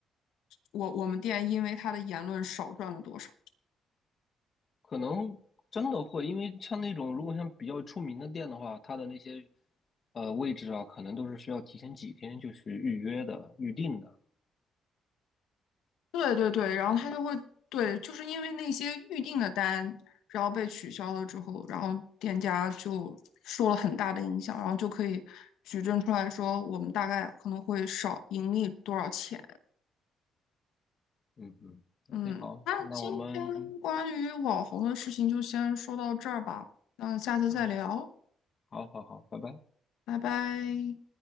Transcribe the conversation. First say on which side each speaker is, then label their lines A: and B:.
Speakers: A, on the left; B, on the left.
A: 我我们店因为他的言论少赚了多少。
B: 可能真的会，因为像那种如果像比较出名的店的话，它的那些呃位置啊，可能都是需要提前几天就去预约的、预定的。
A: 对对对，然后他就会对，就是因为那些预定的单，然后被取消了之后，然后店家就受了很大的影响，然后就可以举证出来说，我们大概可能会少盈利多少钱。
B: 嗯嗯 o
A: 嗯，
B: k 好，
A: 那今天关于网红的事情就先说到这儿吧，
B: 那我们
A: 那下次再聊，
B: 嗯。好好好，拜拜。
A: 拜拜。